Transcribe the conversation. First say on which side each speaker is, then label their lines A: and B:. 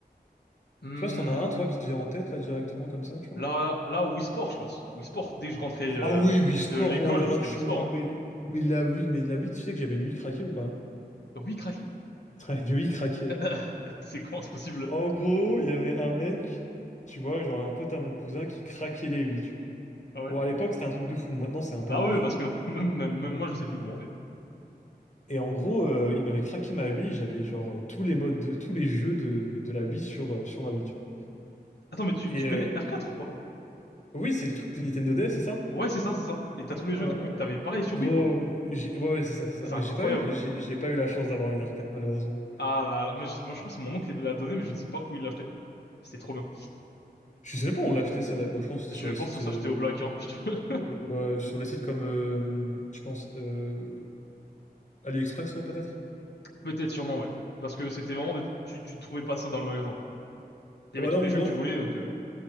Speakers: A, on the left (about 85°); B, on the left (about 45°).
A: Hmm,
B: Je sais pas si t'en as un, toi, qui te vient en tête, là, directement, comme ça, tu vois.
A: là là Wii Sport je pense. Wii Sport dès que je rentrais euh,
B: Ah oui, Wii sport,
A: de l'école,
B: oh là
A: c'était
B: là, tu
A: Wii Sport
B: me rappelles.
A: hein.
B: Mais la Wii, mais la Wii, tu sais que j'avais une Wii craquée ou pas?
A: Oui, craqué?
B: <laughs> Ouais, une Wii craquée, gros.
A: <laughs> C'est quoi, c'est possible?
B: En gros, il y avait un mec, tu vois, genre un pote à mon cousin qui craquait les Wii, tu vois.
A: Ah ouais.
B: Bon, à l'époque, c'était un truc de fou. Maintenant, c'est un peu
A: Bah
B: moins
A: ouais,
B: fou.
A: parce que <laughs> même, même- même moi je sais plus comment on fait.
B: Et en gros, euh, il m'avait craqué ma Wii J'avais genre euh, tous les modes de tous les jeux de, de la Wii sur, euh, sur ma Wii tu vois.
A: Attends, mais tu,
B: Et
A: tu connais
B: euh,
A: R4 ou pas?
B: oui, c'est des trucs de Nintendo DS, c'est ça?
A: Ouais, c'est ça, c'est ça. Et t'as tous les jeux,
B: Euh,
A: du coup, t'avais pareil sur
B: gros,
A: Wii, quoi.
B: j'ai- ouais, ouais, c'est ça, c'est ça.
A: C'est
B: Mais
A: incroyable.
B: j'ai pas eu, j'ai j'ai pas eu la chance d'avoir une R4 malheureusement.
A: Ah là là, moi je, moi, je crois que c'est mon oncle qui me l'a donné, mais je ne sais pas où il l'a acheté. C'était trop bien.
B: Je sais même pas où on l'a acheté ça. d'a- Bon, je pense que c'était
A: Je
B: sur les
A: pense
B: sites,
A: que ça
B: euh,
A: s'achetait au Black, hein. <laughs>
B: euh, sur les sites comme, euh, je pense, euh, AliExpress, non peut-être?
A: Peut-être sûrement, ouais. Parce que c'était vraiment des- tu tu trouvais pas ça dans le magasin. Il
B: Ah
A: y avait
B: bah
A: tous
B: non,
A: les
B: non,
A: jeux que tu voulais donc euh,